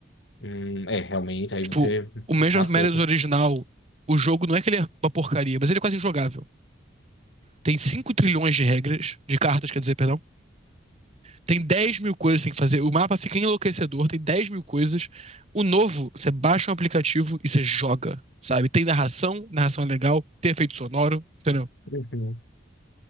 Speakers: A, on the left; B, on the right.
A: Hum, é, realmente, aí
B: Tipo,
A: você,
B: o Mansion
A: você matou.
B: of Madness original, o jogo não é que ele é uma porcaria, mas ele é quase injogável. Tem 5 trilhões de regras, de cartas, quer dizer, perdão. Tem dez mil coisas que tem que fazer. O mapa fica enlouquecedor, tem 10 mil coisas. O novo, você baixa um aplicativo e você joga, sabe? Tem narração, narração é legal, tem efeito sonoro, entendeu?
A: Uhum.